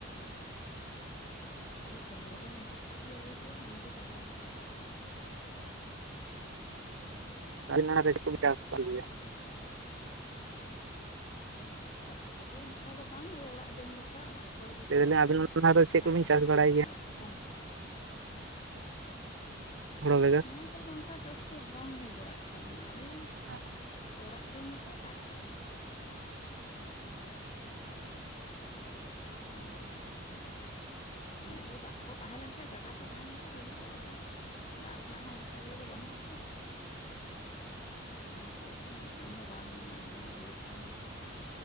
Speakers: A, on the left; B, on the right.
A: ᱟᱯᱮ ᱥᱚᱢᱳᱭ ᱫᱚ ᱢᱮᱱᱟᱜ ᱠᱟᱜ ᱜᱮᱭᱟ ᱚᱵᱚᱥᱥᱳᱭ ᱥᱚᱢᱚᱭ ᱫᱚ ᱪᱟᱵᱟᱭᱮᱱᱟ ᱚᱱᱠᱟ ᱫᱚ ᱵᱟᱝ
B: <unintelligible>
A: ᱪᱟᱥ ᱠᱚᱫᱚ ᱚᱱᱠᱟ ᱫᱚ ᱵᱟᱝ ᱳᱤ ᱚᱲᱟᱜ ᱡᱚᱢ ᱞᱮᱠᱟ ᱚᱲᱟᱜ ᱵᱟᱲᱜᱮ
B: ᱞᱟᱹᱭ
A: ᱠᱚᱨᱮᱫ
B: ᱫᱟᱞᱤᱧ
A: ᱜᱮ
B: ᱟᱵᱤᱱ ᱚᱱᱟ ᱫᱚ ᱪᱮᱫ
A: ᱟᱲᱟᱜ
B: ᱠᱚᱵᱤᱱ
A: ᱠᱚᱜᱮ
B: ᱪᱟᱥ ᱵᱟᱲᱟᱭ ᱜᱮᱭᱟ
A: ᱟᱲᱟᱜ ᱥᱟᱠᱟᱢ ᱠᱚ
B: <unintelligible>
A: ᱱᱚᱣᱟ ᱠᱚᱨᱮ ᱫᱚ ᱚᱱᱠᱟ ᱪᱟᱥ ᱫᱚ ᱵᱟᱝ ᱦᱩᱭ ᱵᱟᱲᱟᱜ ᱠᱟᱱᱟ ᱳᱭ
B: ᱦ <unintelligible>
A: ᱚᱲᱟᱜ ᱡᱚᱢ ᱞᱮᱠᱟ ᱴᱟᱠ ᱴᱩᱠ ᱵᱮᱥᱤ ᱠᱤᱪᱷᱩ ᱫᱚ ᱵᱟᱝ ᱦᱩᱭᱩᱜ-ᱟ᱾ ᱚᱱᱟᱫᱚ ᱫᱟᱜ ᱠᱚ ᱛᱟᱦᱮᱸ ᱞᱮᱱᱠᱷᱟᱡ ᱜᱟᱰᱟ ᱠᱚ ᱛᱟᱦᱮᱸ ᱞᱮᱱᱠᱟᱱᱡ ᱦᱩᱭᱩᱜᱼᱟ ᱟᱫᱚ ᱫᱟᱜ ᱨᱮᱱᱟᱜ ᱦᱚᱸ ᱚᱱᱠᱟ ᱤᱭᱟᱹ ᱫᱚ ᱵᱟᱹᱱᱩᱜ ᱟᱥᱮ ᱚᱱᱟ ᱠᱷᱟᱹᱛᱤᱨ ᱛᱮ ᱩᱱᱟᱹᱜ ᱜᱟᱱ ᱫᱚ ᱵᱟᱝ ᱢᱟᱱᱮ ᱦᱩᱭᱩᱜ ᱠᱟᱱᱟ